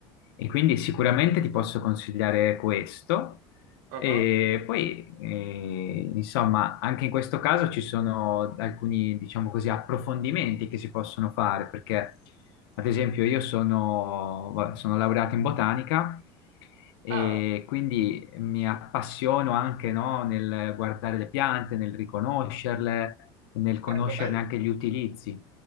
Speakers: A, on the left; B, on the right.
A: E quindi sicuramente ti posso consigliare questo.
B: ah,
A: E
B: ah.
A: poi, eh, insomma, anche in questo caso ci sono alcuni, diciamo così, approfondimenti che si possono fare, perché, ad esempio, io sono, va- sono laureato in botanica e
B: Ah,
A: quindi mi appassiono anche, no, nel guardare le piante, nel riconoscerle, nel conoscerne
B: bello, bello.
A: anche gli utilizzi.